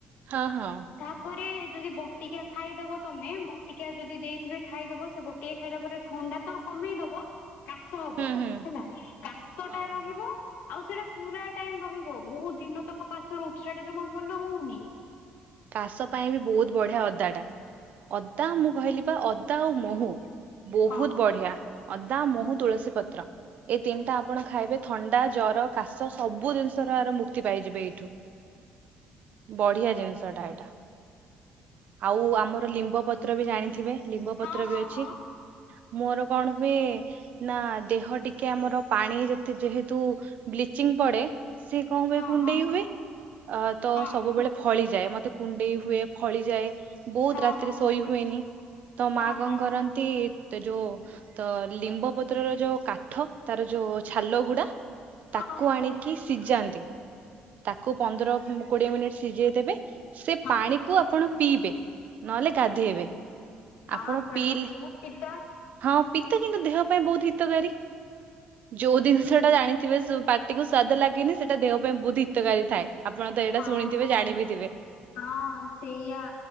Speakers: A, on the right; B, on the left.
A: ହଁ ହଁ।
B: ତାପରେ ଯଦି ବଟିକା ଖାଇଦବ ତମେ ବଟିକା ଯଦି ଦେଇଥିବେ ଖାଇଦବ ସେ ବ ଟିକା ଖାଇଲା ପରେ ଥଣ୍ଡା ତ କମେଇ ଦବ କାଶ ହବ
A: ହୁଁ ହୁଁ।
B: ହେଲା କାଶଟା
A: ହଁ
B: ରହିବ
A: ହଁ
B: ଆଉ ସେଇଟା ପୁରା ଟାଇମ ରହିବ ବୋହୁତ ଦିନ ତକ କାଶ ରହୁଚି ସେଟା ଜମା ଭଲ ହୋଉନି।
A: କାଶ ପାଇଁ ବି ବୋହୁତ ବଢିଆ ଅଦାଟା ଅଦା ମୁଁ କହିଲି ପା ଅଦା ଆଉ ମୋହୁ ବୋହୁତ
B: ହଁ
A: ବଢିଆ ଅଦା, ମୋହୁ, ତୁଳସୀ ପତ୍ର। ଏଇ ତିନଟା ଆପଣ ଖାଇବେ ଥଣ୍ଡା, ଜର, କାଶ ସବୁ ଜିନିଷର ଆର ମୁକ୍ତି ପାଇଯିବେ ଏଇଠୁ। ବଢିଆ ଜିନିଷଟା ଏଇଟା ଆଉ ଆମର ଲିମ୍ବ ପତ୍ର ବି ଜାଣିଥି ଥିବେ ଲିମ୍ବ
B: ହଁ
A: ପତ୍ର ବି ଅଛି
B: ହଁ
A: ମୋର କଣ ହୁଏ ନା ଦେହ ଟିକେ ଆମର ପାଣି ଯେତେ ଯେହେତୁ ବ୍ଲିଚିଂ ପଡେ ସିଏ କଣ ହୁଏ
B: ହଁ
A: କୁଣ୍ଡେଇ
B: ହଁ
A: ହୁଏ ଅ ତ
B: ହଁ
A: ସବୁବେଳେ ଫଳି ଯାଏ ମତେ କୁଣ୍ଡେଇ ହୁଏ ଫଳି ଯାଏ। ବୋହୁତ
B: ହଁ
A: ରାତିରେ
B: ହଁ
A: ଶୋଇ
B: ହଁ
A: ହୁଏନି ତ
B: ହଁ
A: ମାଆ କଣ
B: ହଁ
A: କରନ୍ତି ତ ଯୋଉ ତ ଲିମ୍ବ ପତ୍ରର ଯୋଉ କାଠ ତାର ଯୋଉ ଛାଲ ଗୁଡା ତାକୁ
B: ହଁ ହଁ ହଁ
A: ଆଣିକି ସିଜାନ୍ତି ତାକୁ ପନ୍ଦର କୋଡିଏ ମିନିଟ ସିଜେଇଦେବେ ସେ
B: ହଁ
A: ପାଣିକୁ ଆପଣ ପିଇବେ ନହେଲେ ଗାଧେଇବେ।
B: ନା
A: ଆପଣ
B: ସେଟା
A: ପିଇଲେ
B: ତ ବୋହୁତ ପିତା।
A: ହଁ ପିତା କିନ୍ତୁ ଦେହ ପାଇଁ ବୋହୁତ ହିତକାରୀ। ଯୋଉ ଦିନଷଟା ଜାଣିଥିବେ ସୁ ପାଟିକୁୁ ସ୍ଵାଦ ଲାଗେନି ସେଟା ଦେହ ପାଇଁ ବୋହୁତ ହିତକାରୀ ଥାଏ। ଆପଣ ତ ଏଇଟା
B: ହଁ
A: ଶୁଣିଥିବେ ଜାଣିବି ଥିବେ।
B: ହଁ ସେଇୟା